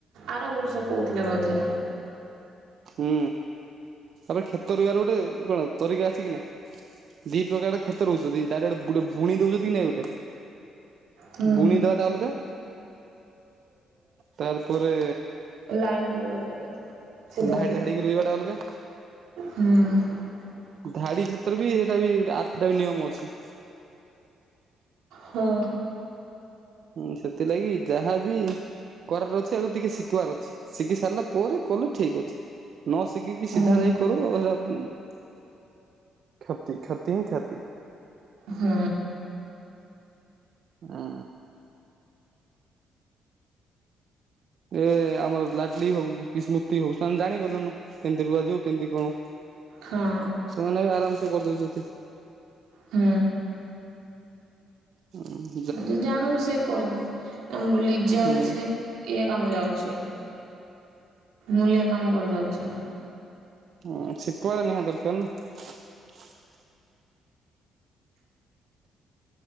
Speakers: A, on the right; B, on the right.
A: ଆର ବର୍ଷ କହୁଥିଲେ ବୋଧେ
B: ହୁଁ ତାପରେ କ୍ଷେତ ରୋଇବାର ଗୋଟେ କଣ ତରିକା ଅଛି କି ନାଇଁ। ଦି ପ୍ରକାରର କ୍ଷେତ ରହୁଛନ୍ତି ଡାଇରେଟ ବୁ-ବୁଣି ଦଉଛନ୍ତି କି ନାଇଁ ଗୋଟେ?
A: ହୁଁ।
B: ବୁଣି ଦେବା ଟା ଅଲଗା ତାପରେ
A: ଲାଇନ୍ ରେ ଲଗଉଛନ୍ତି ସିଧା
B: ଧାଡି ଧାଡିକି ରୁଇବା ଟା ଅଲଗା।
A: ହଁ।
B: ଧାଡି କ୍ଷେତ୍ର ବି ହେଇଟା ବି ଆଥଟା ବି ନିୟମ ଅଛି।
A: ହୁଁ ।
B: ହୁଁ ସେଥିଲାଗି ଯାହାବି କରାର ଅଛି ଆଗ ଟିକେ ଶିଖିବାର ଅଛି, ଶିଖି ସାରିଲା ପରେ କଲେ ଠିକ ଅଛି। ନ ଶିଖିକି
A: ହୁଁ
B: ସିଧା
A: ହୁଁ
B: ଯାଇ କରୁ ହେରା ଉଁ କ୍ଷତି କ୍ଷତି ହିଁ କ୍ଷତି।
A: ହଁ।
B: ଅଁ। ଏ ଆମର ଲାଡଲି ହଉ କି ସ୍ମୃତି ହଉ ସେମାନେ ଜାଣିଗଲେନ କେମିତି ରୁଆ ଯିବ କେମିତି କଣ?
A: ହଁ।
B: ସେମାନେ ବି ଆରାମ୍ ସେ କରିଦଉଛନ୍ତି।
A: ହୁଁ।
B: ହୁଁ।
A: ଯେ ଜାଣିବୁ ସେ କରିବୁ, ଆମର ଲିଜା
B: ହୁଁ।
A: ବି ସେ ଇଏ କାମ ଯାଉଛି। ମୁଲିଆ କାମ କରି ଯାଉଛି।
B: ହଁ ସିଖିବା <unintelligible> ନିହାତି ଦରକାର।